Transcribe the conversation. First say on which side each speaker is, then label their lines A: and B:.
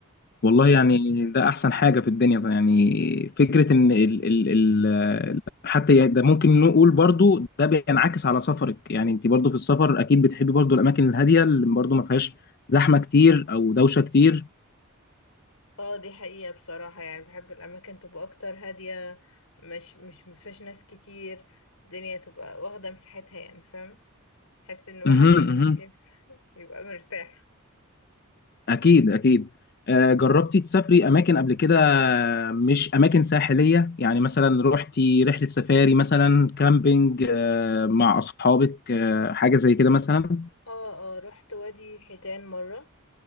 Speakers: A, on the left; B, on the left.
A: والله يعني ده احسن حاجه في الدنيا بقى يعني فكره ان ال ال ال حتى يعني ده ممكن نقول برضو ده بينعكس على سفرك يعني انت برضو في السفر اكيد بتحبي برضو الاماكن الهاديه اللي برضو ما فيهاش زحمه كتير او دوشه كتير
B: اه دي حقيقة بصراحة يعني بحب الأماكن تبقى أكتر هادية مش مش مفيهاش ناس كتير الدنيا تبقى واخدة مساحتها يعني فاهم حس إن واحد
A: اها
B: ي-
A: اها
B: ي- <laughs> يبقى مرتاح
A: اكيد اكيد آه، جربتي تسافري اماكن قبل كده مش اماكن ساحليه يعني مثلا روحتي رحله سفاري مثلا كامبينج آه، مع اصحابك آه، حاجه زي كده مثلا
B: اه اه رحت وادي حيتان مرة